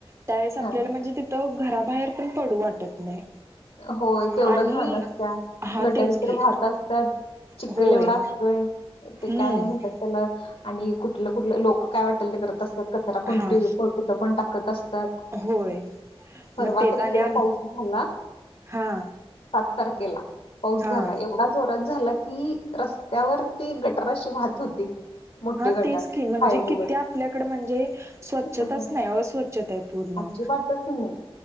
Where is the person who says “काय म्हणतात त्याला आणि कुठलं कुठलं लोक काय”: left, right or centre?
Left